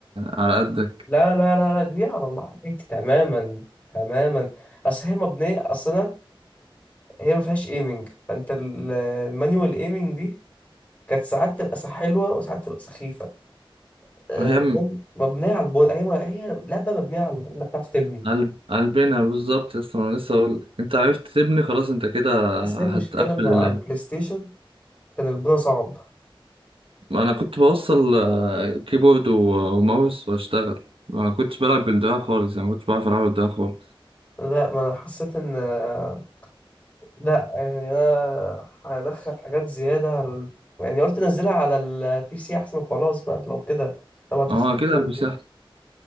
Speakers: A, on the right; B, on the left.
A: على قدك
B: لا لا لا لا دي على الله حكايتي تماما تماما اصل هي مبنيه اصل انا هي ما فيهاش ايمنج فانت ال- المانيوال ايمنج دي كانت ساعات تبقى سا- حلوه وساعات تبقى سخيفه آه،
A: هي
B: كمان
A: م-
B: مبنية على البن... هي هي لعبة مبنية على إنك تعرف تبني
A: عل... علبنا بالظبط يا اسطى انا لسه اقول لك، انت عرفت تبني خلاص انت كده
B: بس هي المشكلة
A: هتقفل
B: إن على
A: اللعب
B: البلاي ستيشن كان البناء صعب
A: انا كنت بوصل آه، كيبورد و- وماوس واشتغل ما كنتش بلعب بالدراع خالص يعني ما كنتش بعرف العب بالدراع خالص
B: لا ما أنا حسيت إن آه، لا يعني أنا هدخل حاجات زيادة على ال... يعني قلت أنزلها على البي سي أحسن وخلاص بقى لو كده طبعا دخلت
A: اه اكيد
B: برضه
A: على البي سي